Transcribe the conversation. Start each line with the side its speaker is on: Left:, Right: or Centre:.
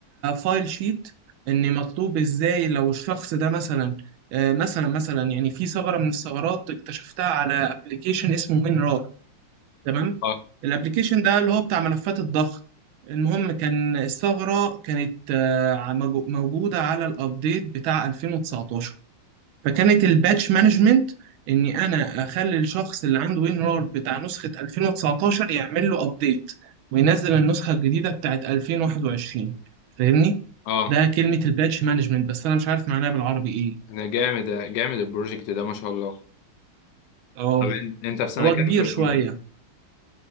Right: فايل شيت ان مطلوب ازاي لو الشخص ده مثلا آه، مثلا مثلا يعني في ثغره من الثغرات اكتشفتها على ابلكيشن اسمه مينرار تمام
Left: اه
Right: الابلكيشن ده اللي هو بتاع ملفات الضغط المهم كان الثغره كانت آه، موجو- موجوده على الابديت بتاع 2019 فكانت الباتش مانجمنت اني انا اخلي الشخص اللي عنده وينرار بتاع نسخة 2019 يعمل له ابديت وينزل النسخة الجديدة بتاعت 2021 فاهمني
Left: اه
Right: ده كلمة الباتش مانجمنت بس انا مش عارف معناها بالعربي ايه
Left: ده جامد ده جامد البروجكت ده ما شاء الله
Right: اه
Left: طب انت انت في سنه
Right: هو
Left: كام
Right: كبير
Left: في الكليه
Right: شوية